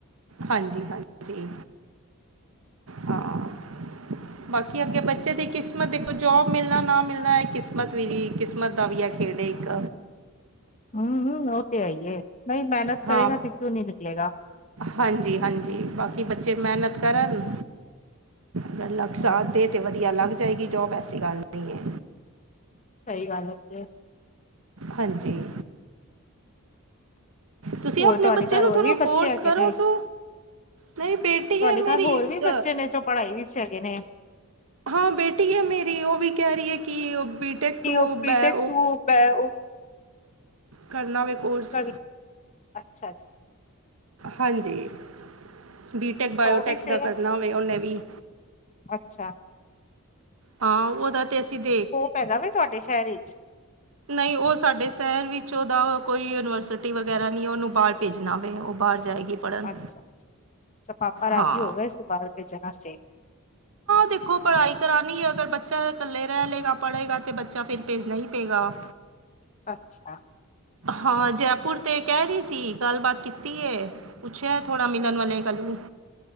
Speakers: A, on the right (about 75°); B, on the left (about 35°).
A: ਹਾਂਜੀ -ਹਾਂਜੀ, ਹਾਂ। ਬਾਕੀ, ਅੱਗੇ ਬੱਚੇ ਦੀ ਕਿਸਮਤ ਦੇਖੋ, ਜੋਬ ਮਿਲਣਾ ਨਾ ਮਿਲਣਾ, ਇਹ ਕਿਸਮਤ ਵੀ, ਕਿਸਮਤ ਦਾ ਵੀ ਹੈ, ਖੇਡ ਇੱਕ
B: ਹਮ -ਹਮ, ਉਹ ਤੇ ਹੈ ਈ ਏ, ਨਹੀਂ ਮਿਹਨਤ ਕਰੇਗਾ,
A: ਹਾਂ
B: ਤੇ ਕਿਉਂ ਨਹੀਂ ਨਿਕਲੇਗਾ?
A: ਹਾਂਜੀ- ਹਾਂਜੀ, ਬਾਕੀ ਬੱਚੇ ਮਿਹਨਤ ਕਰਨ ਅਗਰ ਲੱਕ ਸਾਥ
B: ਹਮ,
A: ਦੇ, ਤੇ ਵਧੀਆ ਲੱਗ ਜਾਏਗੀ, ਜੋਬ ਐਸੀ ਗੱਲ ਨਹੀਂ। ਹੈ
B: ਸਹੀ ਗੱਲ ਹੈ ਜੀ।
A: ਹਾਂਜੀ। ਤੁਸੀਂ
B: ਹੋਰ,
A: ਆਪਣੇ
B: ਤੁਹਾਡੇ
A: ਬੱਚੇ
B: ਘਰ
A: ਨੂੰ
B: ਹੋਰ
A: ਥੋੜ੍ਹਾ
B: ਵੀ ਬੱਚੇ
A: ਫੋਰਸ
B: ਹੈਗੇ
A: ਕਰੋ
B: ਨੇ?
A: ਸੋ ਨਹੀਂ ਬੇਟੀ
B: ਤੁਹਾਡੇ
A: ਹੈ ਮੇਰੀ
B: ਘਰ ਹੋਰ
A: ਇੱਕ
B: ਵੀ ਬੱਚੇ ਨੇ, ਜੋ ਪੜ੍ਹਾਈ ਵਿੱਚ ਹੈਗੇ ਨੇ?
A: ਹਾਂ, ਬੇਟੀ ਹੈ ਮੇਰੀ, ਉਹ ਵੀ ਕਹਿ ਰਹੀ ਹੈ, ਕਿ ਬੀਟੈਕ
B: ਕੀ
A: ਤੂੰ
B: ਉਹ
A: ਬੈ ਉਹ
B: <unintelligible>
A: ਕਰਨਾ ਵੇ ਕੋਰਸ
B: ਕਰ ਅੱਛਾ ਜੀ।
A: ਹਾਂਜੀ। ਬੀਟੈਕ, ਬਾਇਓਟੈਕ
B: ਅੱਛਾ ਉਹ ਵੀ ਸੇਮ
A: ਦਾ ਕਰਨਾ ਹੋਵੇ, ਉਹਨੇ ਵੀ
B: ਅੱਛਾ
A: ਹਾਂ, ਉਹਦਾ ਤੇ ਅਸੀਂ ਦੇਖ
B: ਪੈਗਾ ਵੇ, ਤੁਹਾਡੇ ਸ਼ਹਿਰ ਵਿੱਚ?
A: ਨਹੀਂ, ਉਹ ਸਾਡੇ ਸ਼ਹਿਰ ਵਿੱਚ ਉਹਦਾ ਕੋਈ ਯੂਨੀਵਰਸਿਟੀ ਵਗੈਰਾ ਨਹੀਂ, ਉਹਨੂੰ ਬਾਹਰ ਭੇਜਣਾ ਵੇ ਉਹ ਬਾਹਰ ਜਾਏਗੀ। ਪੜ੍ਹਨ
B: ਅੱਛਾ -ਅੱਛਾ, ਅੱਛਾ ਪਾਪਾ ਰਾਜੀ
A: ਹਾਂ
B: ਹੋ ਗਏ ਸੁ ਬਾਹਰ ਭੇਜਣਾ ਵਾਸਤੇ?
A: ਦੇਖੋ ਪੜ੍ਹਾਈ ਕਰਾਣੀ ਹੈ ਅਗਰ, ਬੱਚਾ ਇਕੱਲੇ ਰਹਿ ਲਏਗਾ, ਪੜ੍ਹੇਗਾ ਤੇ ਬੱਚਾ ਫਿਰ ਭੇਜਣਾ ਹੀ ਪਏਗਾ।
B: ਅੱਛਾ
A: ਹਾਂ, ਜੈਪੁਰ ਤੇ ਕਹਿ ਰਹੀ ਸੀ, ਗੱਲਬਾਤ ਕੀਤੀ ਏ। ਪੁੱਛਿਆ ਥੋੜਾ, ਮਿਲਣ ਵਾਲੇ ਕੱਲ ਨੂੰ